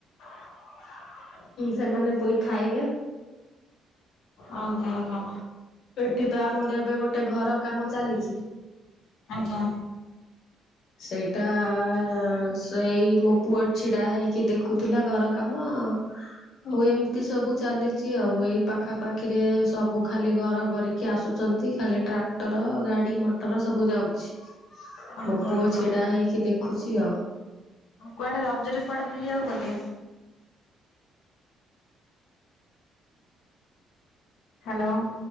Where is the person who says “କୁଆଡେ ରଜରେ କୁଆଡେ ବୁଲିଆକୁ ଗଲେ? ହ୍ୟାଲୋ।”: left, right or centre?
Left